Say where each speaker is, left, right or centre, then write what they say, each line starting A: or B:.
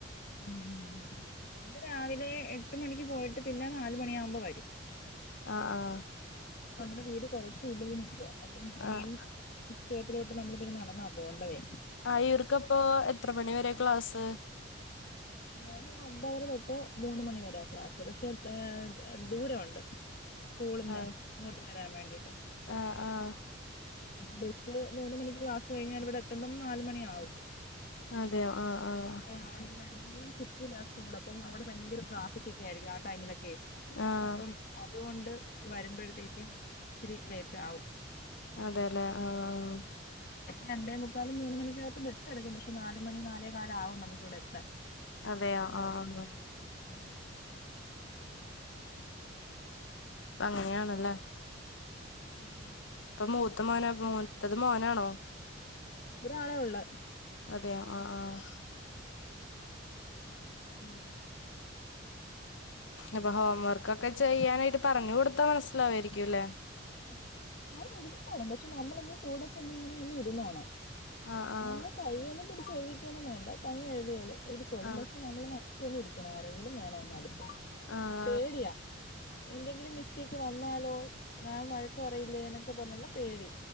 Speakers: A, on the left; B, on the left.
A: ഉം ഇത് രാവിലെ എട്ട് മണിക്ക് പോയിട്ട് പിന്നെ നാലുമണിയാകുമ്പോ വരും.
B: അ ആഹ്.
A: നമ്മടെ വീട് കൊറച്ച് ഉള്ളിൽ നിൽക്കാ അപ്പൊ മെയിൻ
B: ആഹ് ആഹ്
A: ഇറ്റോത്തിലോട്ട് നമ്മള്തിന് നടന്നാ പോണ്ടതെ.
B: ആ ഇവർക്കപ്പൊ എത്ര മണി വരെ ക്ലാസ്സ്
A: മോന് ഒമ്പതര തൊട്ട് മൂന്ന് മണി വരാ ക്ലാസ് പക്ഷെ ദൂരവുണ്ട് സ്കൂളുന്നെ
B: ആഹ്
A: ഇങ്ങോട്ട് വരാൻ വേണ്ടീട്ട്
B: ആഹ് ആഹ്
A: ബസില് മൂന്ന് മണിക്ക് ക്ലാസ് കഴിഞ്ഞാൽ ഇവിടെ എത്തുമ്പം നാല് മണിയാവും
B: അതെയോ ആഹ് ആഹ്
A: ആഹ് മെയിൻ സിറ്റിലാ സ്കൂള് അപ്പം അവിടെ ഭയങ്കര ട്രാഫിക് ഒക്കെ ആയിരിക്കും ആ ടൈമിലൊക്കെ
B: ആഹ്
A: അപ്പം അതുകൊണ്ട് വരുമ്പഴത്തേക്കും ഇച്ചിരി ലേറ്റ് ആകും
B: അതേല്ലേ ആഹ്
A: രണ്ടേ മുക്കാല് മൂന്ന് മണിക്കകത്ത് ബസ്സെടുക്കും പക്ഷെ നാല് മണി നാലേ കാലാവും നമു ക്കിവിടെത്താൻ.
B: അതെയോ
A: ബ്ലോക്കൊക്കെ
B: ആഹ് ആഹ്
A: കഴിഞ്ഞ്
B: അപ്പൊ അങ്ങനെയാണല്ലേ
A: ഉം
B: അപ്പൊ മൂത്ത മോനോ അപ്പോ മൂത്തത് മോനാണോ
A: ഒരാളെ ഒള്ള്
B: അതെയോ ആഹ് ആഹ്
A: ഉം
B: അപ്പൊ ഹോം വർക്കൊക്കെ ചെയ്യാനായിട്ട് പറഞ്ഞു കൊടുത്താ മനസ്സിലാവായിരിക്കുംല്ലേ
A: ആഹ് ആഹ് എഴുതിക്കോളും പക്ഷെ നമ്മളൊന്ന് കൂടെ തന്നെ ഇങ്ങനെ ഒന്ന് ഇരുന്നോണം
B: ആഹ് ആഹ്
A: നമ്മള് കൈയൊന്നും പിടിച്ച് എഴുതിക്കൊന്നും വേണ്ട തനിയെ എഴുതിയോളും എഴുതിക്കോളും
B: ആഹ്
A: പക്ഷെ നമ്മളൊന്ന് അടുത്തുതന്നെ ഇരിക്കണം ആരെങ്കിലും വേണം ഒന്നടുത്ത്
B: ആഹ്
A: പേടിയാ എന്തെങ്കിലും മിസ്റ്റേക്ക് വന്നാലോ മാം വഴക്കു പറയില്ലേ എന്നൊക്കെ പറഞ്ഞൊള്ള പേടി